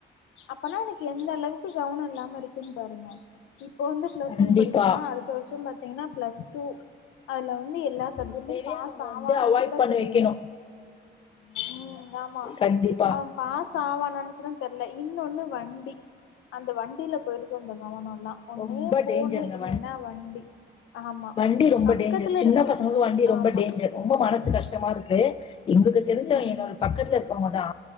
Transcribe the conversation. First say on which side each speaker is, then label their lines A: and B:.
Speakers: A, on the left (about 80°); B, on the left (about 25°).
A: அப்பனா அவ்னுக்கு எந்த அளவுக்கு கவனோ இல்லாம இருக்குன்னு பாருங்க இப்போ வந்து பிளஸ்
B: கண்டிப்பா
A: ஒன் படிக்கிறா அடுத்த வருஷோ பாத்தீங்கன்னா பிளஸ் டூ அதுல வந்து எல்லா சப்ஜெக்டலயு
B: இப்பவே
A: பாஸ்
B: அவங்க
A: ஆவானான்
B: வந்து அவாய்ட்
A: கூட
B: பண்ணி
A: தெரியல
B: வைக்கணு
A: ம் ஆமா
B: கண்டிப்பா
A: அவ பாஸு ஆவாணான் தெர்ல இன்னொன்னு வண்டி அந்த வண்டியில போயிடுது அந்த கவனம் வா ஒண்ணு
B: ரொம்ப
A: ஃபோனு
B: டேஞ்சருங்க
A: இல்லேன்னா வண்டி ஆமா
B: வண்டி ரொம்ப
A: பக்கத்துல
B: டேஞ்சர் சின்ன
A: இருக்கிற
B: பசங்களுக்கு வண்டி ரொம்ப
A: ஆமா
B: டேஞ்சர் ரொம்ப மனசு கஷ்டமாருக்கு எங்களுக்கு தெரிஞ்சவ
A: ம்
B: என்னோட பக்கத்துல இருக்கறவங்கதா